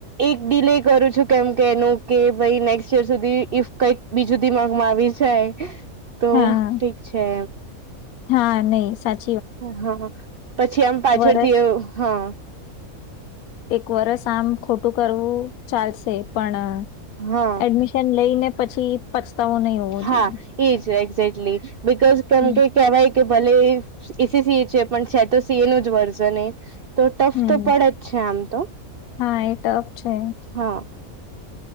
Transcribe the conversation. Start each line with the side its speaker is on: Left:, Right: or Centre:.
Right: એક ડીલ એ કરું છું કેમ કે એનું કે ભાઈ નેક્સ્ટ ઈયર સુધી ઇફ કઈક બીજું દીમાગમાં આવી જાય તો
Left: હા
Right: ઠીક છે.
Left: હા નહી સાચ
Right: હા પછી આમ પાછળથી
Left: વરસ
Right: એવું હા
Left: એક વરસ આમ ખોટું કરવું ચાલશે પણ
Right: હમ
Left: એડમિશન લઈ ને પછી પછતાવો નહી હોવો
Right: હા
Left: જોઈએ
Right: એજ એક્ઝેક્ટલી બિકોઝ કેમ
Left: હમ
Right: કે કેવાય કે ભલે એસી સી એ છે પણ છે તો સી એ નુ જ વર્ઝન તો ટ્સ્ટ
Left: હમ
Right: પડે જ છે આમ તો
Left: હા એ ટફ છે
Right: હા